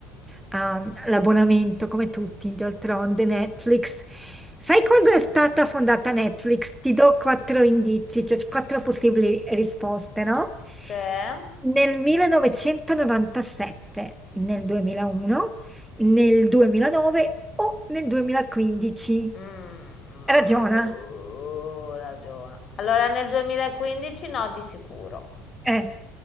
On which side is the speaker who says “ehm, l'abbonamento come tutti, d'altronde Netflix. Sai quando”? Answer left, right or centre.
Centre